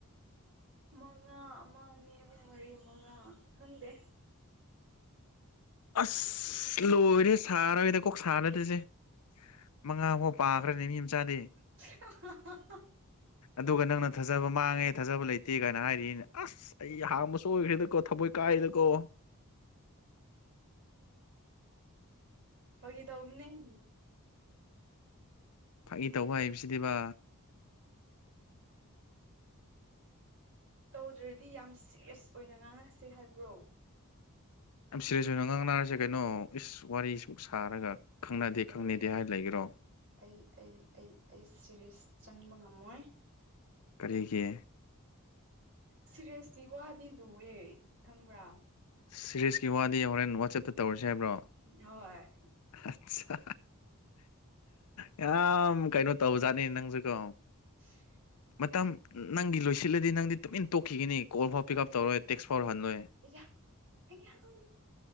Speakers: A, on the right (about 60°); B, on the left (about 90°).
A: ꯃꯉꯥ ꯑꯃ ꯑꯅꯤ ꯑꯍꯨꯝ ꯃꯔꯤ ꯃꯉꯥ ꯈꯪꯗꯦ
B: ꯑꯁ ꯂꯣꯏꯔꯦ ꯁꯥꯔꯦꯗꯀꯣ ꯀꯣꯛ ꯁꯥꯗꯀꯣ ꯑꯩꯁꯦ ꯃꯉꯥ ꯐꯥꯎ ꯄꯥꯈ꯭ꯔꯅꯦ ꯃꯤ ꯃꯆꯥꯗꯤ
A: ꯍꯥ ꯍꯥ
B: ꯑꯗꯨꯒ ꯅꯪꯅ ꯊꯥꯖꯕ ꯃꯥꯡꯉꯦ ꯊꯥꯖꯕ ꯂꯩꯇꯦ ꯀꯥꯏꯅ ꯍꯥꯏꯔꯤꯅꯤꯅꯦ ꯑꯁ ꯑꯁ ꯑꯩ ꯍꯥꯪꯕ ꯁꯣꯏꯈ꯭ꯔꯦꯗꯀꯣ ꯊꯃꯣꯏ ꯀꯥꯏꯗꯀꯣ
A: ꯐꯥꯒꯤ ꯇꯧꯕꯅꯤ꯫ <unintelligible>
B: ꯐꯥꯒꯤ ꯇꯧꯕ ꯍꯩꯕꯁꯤꯗꯤꯕ
A: ꯇꯧꯗ꯭ꯔꯗꯤ ꯌꯥꯝ ꯁꯦꯔꯦꯁ ꯑꯣꯏꯅ ꯉꯥꯡꯅꯁꯦ ꯍꯥꯏꯕ꯭ꯔꯣ
B: ꯌꯥꯝ ꯁꯤꯔꯦꯖ ꯑꫭꯏꯅꯣ ꯉꯥꯡꯅꯥꯔꯁꯦ ꯀꯩꯅꯣ ꯏꯁ ꯋꯥꯔꯤꯁꯨꯛ ꯁꯥꯔꯒ ꯈꯪꯅꯗꯦ
A: ꯑꯩ
B: ꯈꯪꯅꯗꯦ ꯍꯥꯏꯔ ꯂꯩꯒꯦꯔꯣ
A: ꯑꯩ ꯑꯩ ꯑꯩ ꯑꯩ ꯁꯦꯔꯤꯁ ꯆꯪꯕ ꯉꯝꯃꯣꯏ
B: ꯀꯔꯤꯒꯤ
A: ꯁꯤꯔꯦꯁꯇꯤ ꯋꯥꯗꯤ ꯂꯨꯏꯑꯦ ꯈꯪꯕ꯭ꯔꯥ
B: ꯁꯤꯔꯤꯁꯀꯤ ꯋꯥꯗꯤ ꯍꯣꯔꯦꯟ ꯋꯥꯆꯞꯇ ꯇꯧꯔꯁꯤ ꯍꯥꯏꯕ꯭ꯔꯣ
A: ꯍꯣꯏ
B: ꯑꯁ ꯌꯥꯝ ꯀꯩꯅꯣ ꯇꯧꯕꯖꯥꯠꯅꯤ ꯅꯪꯁꯨꯀꯣ
A: ꯏꯁ
B: ꯃꯇꯝ ꯅꯪꯒꯤ ꯂꯣꯏꯁꯤꯜꯂꯗꯤ ꯅꯪꯗꯤ ꯇꯨꯃꯤꯟ ꯇꯣꯛꯈꯤꯒꯅꯤ ꯀꯣꯜ ꯐꯥꯎ ꯄꯤꯛꯑꯞ ꯇꯧꯔꯣꯏ ꯇꯦꯛꯁꯐꯥꯎ ꯍꯜꯂꯣꯏ
A: ꯑꯌꯥ ꯌꯥꯝ